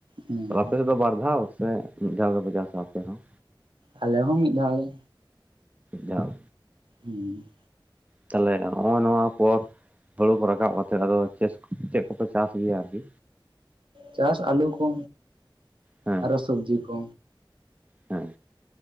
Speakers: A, on the right; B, on the right.
A: ᱦᱩᱸ
B: ᱛᱟᱦᱚᱞᱮ ᱟᱯᱮ ᱥᱮᱫ ᱫᱚ ᱵᱟᱨ ᱫᱷᱟᱣ ᱥᱮ ᱢᱤᱫ ᱫᱷᱟᱣ ᱜᱮᱯᱮ ᱪᱟᱥᱟ ᱟᱯᱮ ᱦᱚᱸ?
A: ᱟᱞᱮ ᱦᱚᱸ ᱢᱤᱫ ᱫᱷᱟᱣ ᱜᱮ᱾
B: ᱡᱟᱣ᱾
A: ᱦᱩᱸ᱾
B: ᱛᱟᱦᱚᱞᱮ ᱦᱚᱜᱼᱚ ᱱᱚᱣᱟ ᱯᱚᱨ ᱦᱳᱲᱳ ᱠᱚ ᱨᱟᱠᱟᱵ ᱠᱟᱛᱮᱫ ᱟᱫᱚ ᱪᱮᱫ ᱪᱮᱫ ᱠᱚᱯᱮ ᱪᱟᱥ ᱜᱮᱭᱟ ᱟᱨᱠᱤ?
A: ᱪᱟᱥ ᱟᱹᱞᱩ ᱠᱚ
B: ᱦᱮᱸ
A: ᱟᱨᱚ ᱥᱚᱵᱡᱤ ᱠᱚ᱾
B: ᱦᱮᱸ